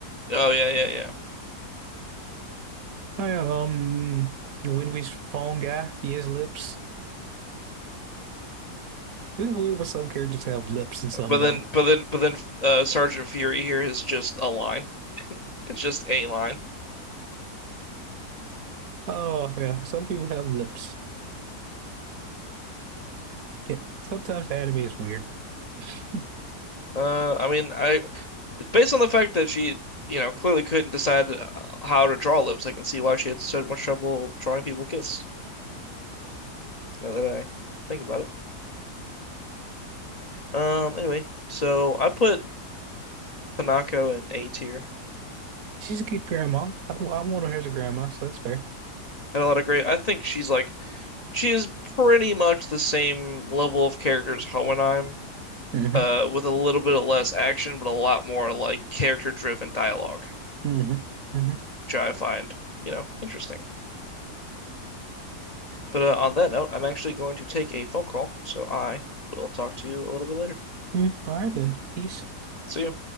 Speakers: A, on the left; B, on the right.
A: Oh yeah, yeah, yeah.
B: Hi, um, when we phone guy, he has lips. This is weird. What some characters have lips and some
A: But
B: don't.
A: then, but then, but then, uh, Sergeant Fury here is just a line. It's just a line.
B: Oh yeah, some people have lips. Yeah, sometimes anime is weird. <laughs>
A: Uh, I mean, I based on the fact that she, you know, clearly couldn't decide uh, how to draw lips, I can see why she had so much trouble drawing people kiss. Now that I think about it. Um. Anyway, so I put Hanako in A tier.
B: She's a good grandma. I don't. I want her as a grandma, so that's fair.
A: Had a lot of great. I think she's like, she is pretty much the same level of character as Hohenheim
B: Mm-hmm.
A: uh, with a little bit of less action, but a lot more like character-driven dialogue,
B: Mm-hmm. Mm-hmm.
A: which I find, you know, interesting. But uh, on that note, I'm actually going to take a phone call, so I will talk to you a little bit later.
B: Mm, all right then. Peace.
A: See you.